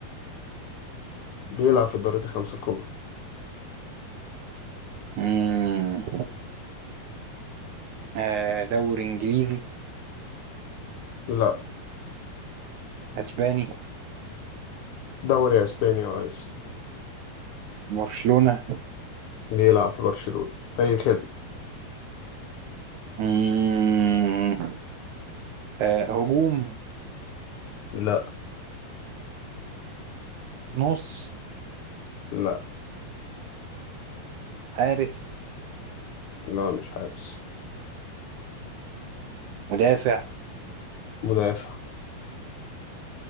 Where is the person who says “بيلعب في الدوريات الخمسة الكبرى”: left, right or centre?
Left